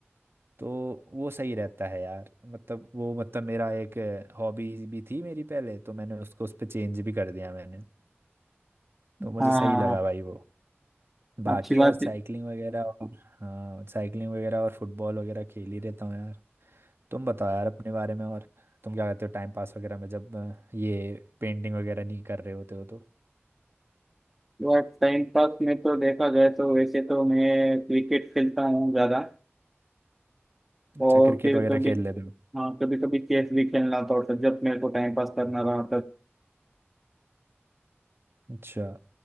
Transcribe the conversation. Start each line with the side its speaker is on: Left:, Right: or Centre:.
Right: तो वो सही रहता है यार मतलब वो मतलब मेरा एक हॉबी भी थी मेरी पहले तो मैंने उसको उस पर चेंज भी कर दिया मैंने तो मुझे
Centre: हाँ
Right: सही
Centre: हाँ
Right: लगा भाई वो बाकी
Centre: हाँ, अच्छी बात
Right: और साइकिलिंग वगैरह और हाँ साइकिलिंग वगैरह और फुटबॉल वगैरह खेल ही रहता हूँ यार तुम बताओ यार अपने बारे में और तुम क्या करते हो टाइम पास वगैरह में जब अ, ये पेंटिंग वगैरह नहीं कर रहे होते हो तो
Centre: है टाइम पास में तो देखा जाए तो वैसे तो मैं क्रिकेट खेलता हूँ ज्यादा
Right: अच्छा
Centre: और
Right: क्रिकेट
Centre: फिर
Right: वगैरह
Centre: कभी
Right: खेल लेते हो
Centre: हाँ कभी कभी चेस भी खेलना था और जब मेरे को टाइम पास करना रहा
Right: अच्छा